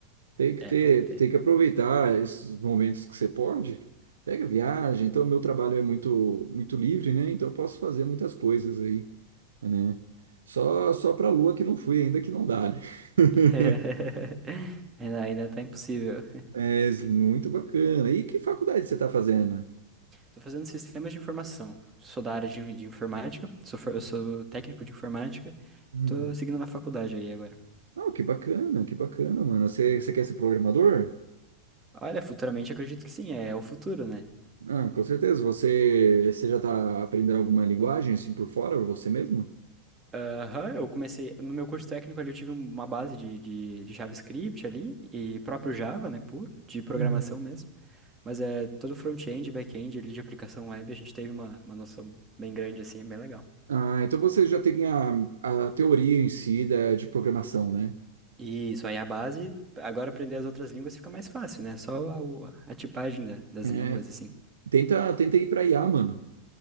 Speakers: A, on the right; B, on the right.
A: Tem que
B: É
A: ter,
B: bom ter.
A: tem que aproveitar esses momentos que você pode. Pega viagem, então meu trabalho é muito muito livre, né? Então eu posso fazer muitas coisas aí, né? Só só para Lua que não fui ainda que não dá, né? <laughs>
B: <laughs> Ainda, ainda tá impossível.
A: Mas muito bacana. E que faculdade você está fazendo?
B: Tô fazendo sistemas de informação. Sou da área de, de informática, sou, for- eu sou técnico de informática.
A: Hum.
B: Tô seguindo na faculdade aí agora.
A: Ah, que bacana, que bacana, mano. Você, você quer ser programador?
B: Olha, futuramente acredito que sim, é o futuro, né?
A: Ah, com certeza. Você, você já está aprendendo alguma linguagem assim por fora, você mesmo?
B: Aham, eu comecei. No meu curso técnico ali eu tive uma base de, de, de JavaScript ali, e próprio Java, né, puro, de programação
A: Hum.
B: mesmo. Mas é todo front-end, back-end ali de aplicação web, a gente teve uma, uma noção bem grande assim, é bem legal.
A: Ah, então você já tem a, a teoria em si da, de programação, né?
B: E isso aí é a base, agora aprender as outras línguas fica mais fácil, né? Só a, o- a tipagem da- das
A: É,
B: línguas, assim.
A: tenta, tenta ir para IA, mano.